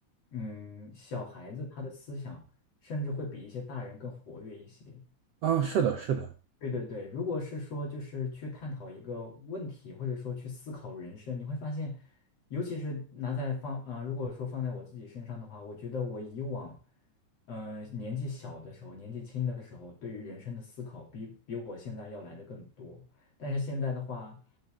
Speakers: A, on the left; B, on the right.
A: 嗯，小孩子他的思想甚至会比一些大人更活跃一些。
B: 啊，是的，是的，
A: 对对对，如果是说就是去探讨一个问题，或者说去思考人生，你会发现，尤其是拿在放啊、呃如果说放在我自己身上的话，我觉得我以往，嗯、年纪小的时候，年纪轻的时候，对于人生的思考比比我现在要来的更多。但是现在的话，